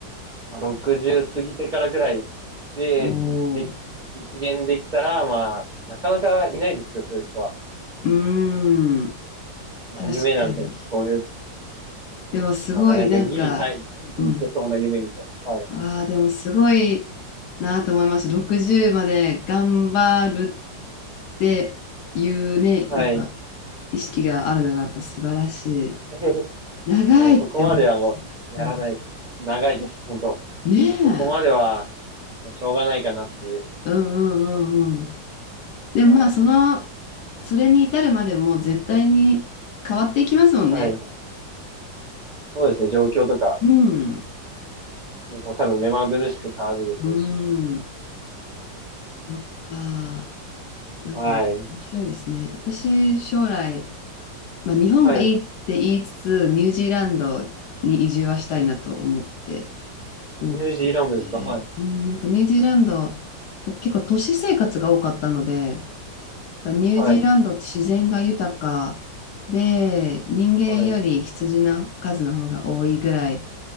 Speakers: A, on the right; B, on the left.
A: まあ、60過ぎてからぐらいで、
B: お
A: つで、
B: ー、
A: 実現できたら、まあ、なかなかいないですけど、そういう人は。
B: うーん、
A: まあ、
B: 確かに。
A: 夢なんです。そういう、
B: でもすごいなんか、
A: まあ、なんかギリさい、ギリいけそうな夢みたいな。
B: うん。
A: はい。
B: ああ、でもすごいなと思いました。60まで頑張るっていうね、
A: はい。
B: やっぱ意識があるのがやっぱ素晴らしい。
A: <laughs>
B: 長いって思っちゃう。
A: もうそこまではもう、やらない。
B: うん、
A: 長いです、本当。
B: ねえ。
A: もうそこまでは、しょうがないかなっていう。
B: うんうんうんうん。でもまあ、
A: はい。
B: その、それに至るまでも絶対に変わっていきますもんね。
A: はい。そうですね。状況とか、
B: うん。
A: もう多分目まぐるしく変わるでしょうし。
B: うん。そっか。なんか面白いですね。
A: はい。
B: 私、将来、まあ、日本がいいって言いつつ、
A: はい。
B: ニュージーランドに移住はしたいなと思って、思ってて、
A: ニュージーランドですかはい。
B: うん、なんかニュージーランド、まあ結構都市生活が多かったので、なんかニュージーランドって自然が豊かで、
A: はい。
B: 人間より羊の数の方が多いぐらい、
A: はい。